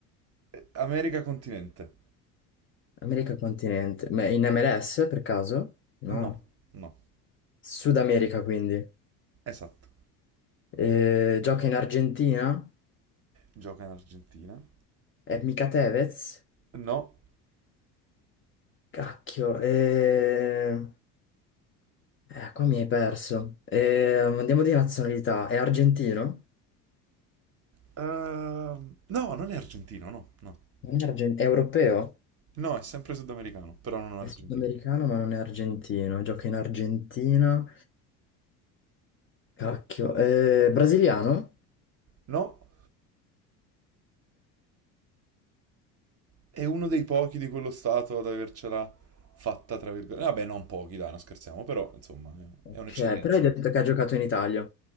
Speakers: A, on the right; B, on the left.
A: Eh, America continente.
B: America continente, ma in MLS per caso? No.
A: No, no.
B: Sud America quindi.
A: Esatto.
B: Eh, gioca in Argentina?
A: Gioca in Argentina.
B: È mica Tevez?
A: No.
B: Cacchio, eh... eh, qua mi hai perso. Eh, andiamo di nazionalità, è argentino?
A: Ehm, no, non è argentino, no, no.
B: Non è, argen- è europeo?
A: No, è sempre sudamericano, però non
B: È
A: argentino.
B: sudamericano ma non è argentino, gioca in Argentina. Cacchio, eh, brasiliano?
A: No, è uno dei pochi di quello stato ad avercela fatta, tra virgolette. Vabbè, non pochi, dai, non scherziamo, però insomma, è
B: Ok,
A: è un'eccellenza.
B: però hai detto che ha giocato in Italia.